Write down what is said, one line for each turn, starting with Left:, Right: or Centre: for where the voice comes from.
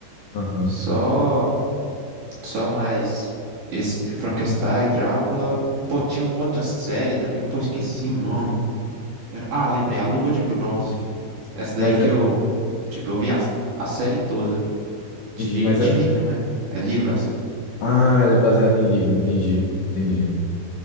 Left: Aham.
Right: Só, só mais esse Frankenstein, Drácula. Pô, tinha uma outra série também. Pô, esqueci o nome. Era- Ah, lembrei, A Luva de Bronze. Essa daí
Left: Mas
Right: que
Left: é.
Right: eu, tipo, eu
Left: ah,
Right: vi a, a série toda. De,
Left: Entendi. Mas
Right: de
Left: é.
Right: livro, né? É livro. a sé-
Left: Ah, ela é baseada em livro. Entendi. Entendi.